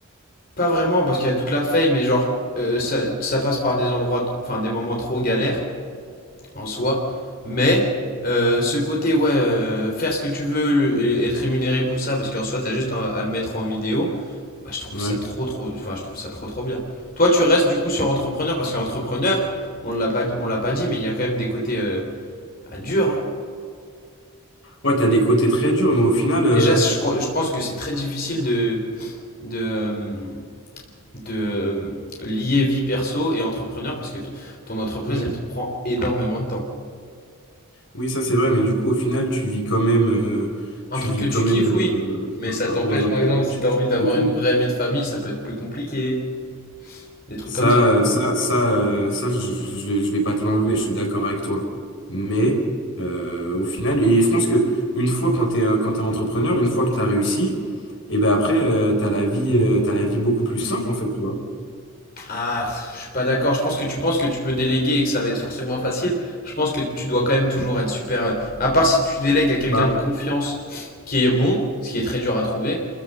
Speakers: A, on the left (about 40°); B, on the left (about 60°).
A: Pas vraiment parce qu'il y a toute la fame. Mais genre, euh, ça, ça passe par des endroits, enfin des moments trop galères en soi. Mais euh, ce côté, ouais, euh, faire ce que tu veux le- et être rémunéré pour ça, parce qu'en soi, t'as juste à, à le mettre en vidéo. Bah, je trouve
B: Ouais.
A: ça trop, trop, enfin, je trouve ça trop, trop bien. Toi, tu restes du coup sur entrepreneur parce qu'entrepreneur, on l'a pas, on l'a pas dit, mais il y a quand même des côtés euh, à dur. hein.
B: Ouais, t'as des côtés très durs, mais au final. euh,
A: Déjà, je, crois- je pense que c'est très difficile de, de, euh, de euh, lier vie perso et entrepreneur parce que ton, ton entreprise,
B: ouais.
A: elle te prend énormément de temps.
B: Oui, ça c'est vrai, mais du coup, au final, tu vis quand même, euh,
A: Un
B: tu
A: truc
B: vis
A: que tu
B: quand même
A: kiffes, oui,
B: euh,
A: mais
B: un-
A: ça t'empêche,
B: un- dans un
A: par
B: truc
A: exemple,
B: que
A: si
B: tu
A: tu as
B: kiffes
A: envie d'avoir
B: et tout.
A: une vraie vie de famille, ça peut être plus compliqué. Des trucs
B: Ça,
A: comme ça.
B: euh, ça, ça, euh, ça, je, je, je vais je vais pas te l'enlever. Je suis d'accord avec toi. Mais euh, au final, et je pense que une fois quand t'es, euh, quand t'es entrepreneur, une fois que t'as réussi, et ben après, euh, t'as la vie, euh, t'as la vie beaucoup plus simple en fait, tu vois.
A: Ah, pff, je suis pas d'accord. Je pense que tu penses que tu peux déléguer et que ça va être forcément facile. Je pense que tu dois quand même toujours être super. euh, À part si tu délègues à quelqu'un
B: Bah
A: de confiance qui est bon, ce qui est très dur à trouver,